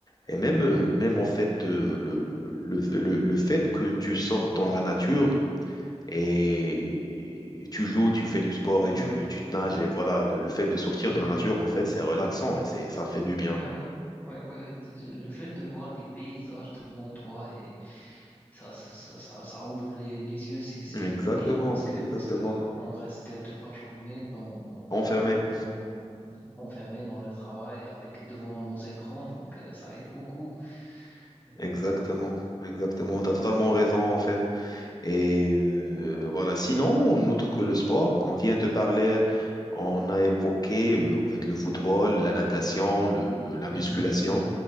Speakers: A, on the left; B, on the left.
A: Et même, euh, même en fait, euh, le, le, le, le- le fait que tu sors dans la nature et tu joues, tu fais du sport et
B: ouais,
A: tu, tu te nages, et voilà, le, le fait de sortir
B: Mhm.
A: de la nature, en fait, c'est relaxant et c'est, ça fait du bien.
B: Ouais, ouais, ouais, ouais. C'est- c'est- Le fait de voir des paysages devant toi et ça, ça, ça, ça, ça ouvre les, les yeux, si, si
A: Exactement,
B: je peux dire, parce que,
A: exactement.
B: parce que on reste toute la journée dans,
A: Enfermé.
B: dans, enfermé dans le travail avec devant nos écrans, donc euh, ça aide beaucoup. Euh,
A: Exactement, exactement. Tu as totalement
B: Ouais,
A: raison, en fait. Et euh, voilà, sinon, autre que le sport, on vient de parler, on a évoqué euh, en fait le football, la natation, le- le- la
B: mhm,
A: musculation.